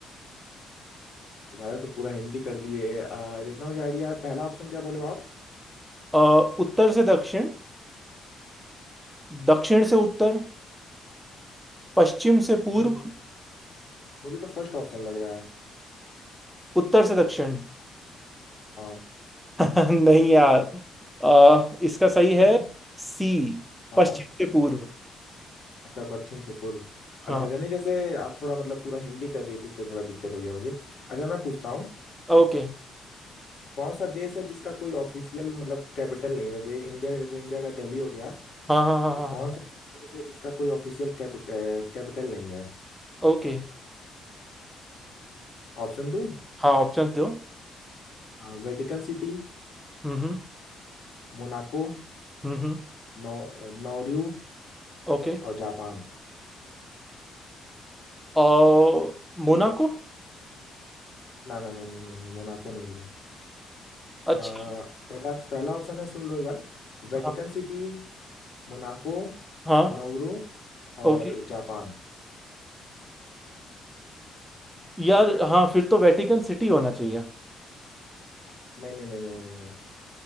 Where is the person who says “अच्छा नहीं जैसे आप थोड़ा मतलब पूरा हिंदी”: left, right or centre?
Left